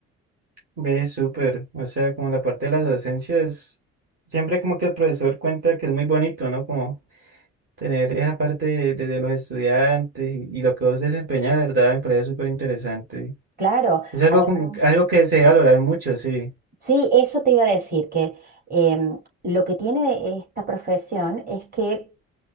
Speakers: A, on the right; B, on the right.
A: ve, súper. O sea, como la parte de las docencias, siempre como que el profesor cuenta que es muy bonito, ¿no? Como tener esa parte de, de- de los estudiantes y, y lo que vos desempeñas, la verdad, me parece súper interesante.
B: Claro.
A: Es algo,
B: además.
A: como, algo que se debe valorar mucho, sí.
B: Sí, eso te iba a decir, que em, lo que tiene esta profesión es que